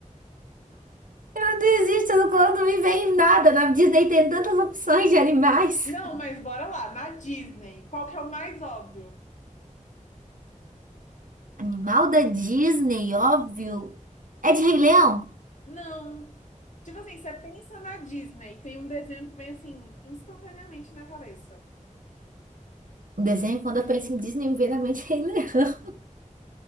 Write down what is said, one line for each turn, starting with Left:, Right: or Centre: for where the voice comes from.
Right: não existe não- quando me vem nada. Na Disney tem tantas opções de animais.
Left: Não, mas bora lá. Na Disney, qual que é o mais óbvio?
Right: <laughs> Animal da Disney, óbvio. É de Rei Leão.
Left: Não. Tipo assim, você pensa na Disney, tem um desenho que vem assim, instantaneamente na cabeça.
Right: O desenho, quando eu penso em Disney, me vem na mente Rei Leão. <laughs>